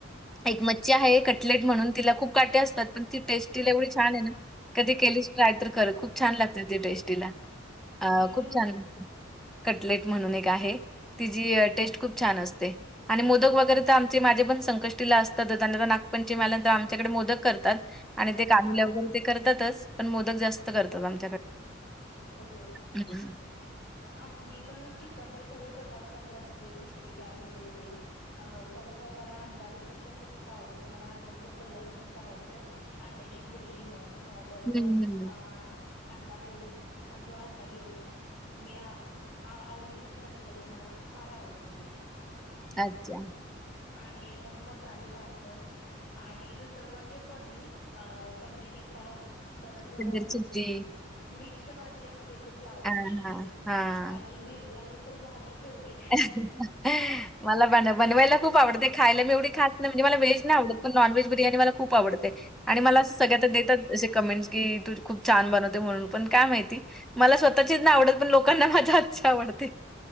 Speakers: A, in the centre; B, on the left.
A: एक मच्छी आहे कटलेट म्हणून तिला खूप काटे असतात. पण ती टेस्टीला एवढी छान हे ना, कधी केलीस ट्राय तर कर खूप छान, लागते ते टेस्टीला अ
B: मी पण
A: खूप छान लागते. कटलेट म्हणून एक आहे. तिजी टेस्ट खूप छान असते आणि मोदक, तर आमचे माझे पण संकष्टीला आस त त्यांना नागपंचमी आल्या नंतर आमच्याकडे, मोदक करतात आणि
B: रस्सा
A: ते काढीला वगैरे, ते करतातच पण मोदक जास्त करतात आमच्याकडे.
B: Okay okay.
A: हं, हं.
B: आ मी पण चिकनचे सगळे प्रकार, करत असते सिस्टिफाय वगैरे ते हाव परत मला अंडागिरीचं पण खूप खूप आवडतं मला अंडं प पहिल्यापासूनच, आवडतं अंड्याची बुर्जी म्हण. अ परत
A: हं,
B: अ
A: हं.
B: अंडा पोळी म्हण आग अंडागिरी म्हण. मी आवडीने खाते आणि मला फार आवडतं ते <unintelligible>
A: अच्छा.
B: आणि मग मसाले भात म्हण आणि दुसरं म्हणजे पनीर अ पनीर टिक्का <unintelligible> परत
A: चदर चुटकी.
B: मिक्स भाजी असते ती फ्लावरची
A: हां,
B: ती
A: हां. हां.
B: आणि बिर्याणी तर माझी फेवरेट. आहे.
A: अ <unintelligible> हम <unintelligible> माला बना बवायला खूप आवडते, खायला बी एवढी खात नाही म्हणजे मला वहेज नाही आवडत, पण नॉन व्हेज बिर्याणी मला खूप आवडते. आणि मला असं सगळ्यात देतात असे कमेंट्स की तू खूप छान, बनवते म्हणून पण काय माहिती. मला स्वतःचीच नाही आवडत. पण लोकांना मजा आजची आवडते.